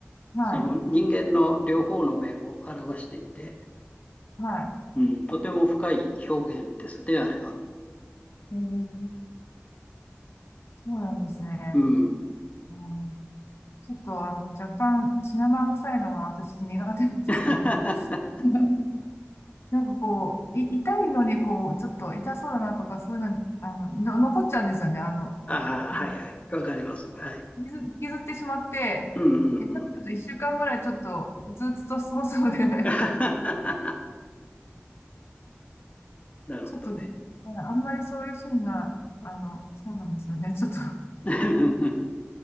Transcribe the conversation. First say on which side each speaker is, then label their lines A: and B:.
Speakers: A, on the left; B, on the left.
A: はい、
B: その人間の両方の面を表していて、
A: はい。
B: うん、とても深い表現ですね、あれは。
A: えー、そうなんですね。
B: うん
A: うんちょっとあの、若干、シナモン臭いのが私苦手なんですけど。
B: <laughs> あ
A: <laughs> なんかこう、い、痛いのにこう、ちょっと痛そうだなとか、そういうのに、あの、の、残っちゃうんですよね。あの、
B: あ、
A: な
B: はいはい。わかります。はい。
A: 傷、傷ってしまって、
B: うんうんうん。
A: 下手すると一週間ぐらいちょっと、うつうつとしそうそうで、<laughs>
B: <laughs> なるほどね。
A: ちょっと、あんまりそういうシーンが、あの、そうなんですよね。ちょっと、
B: <laughs>